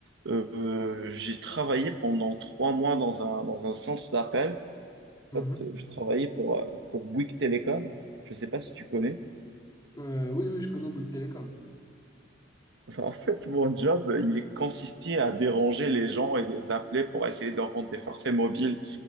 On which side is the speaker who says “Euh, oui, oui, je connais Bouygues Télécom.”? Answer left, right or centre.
Left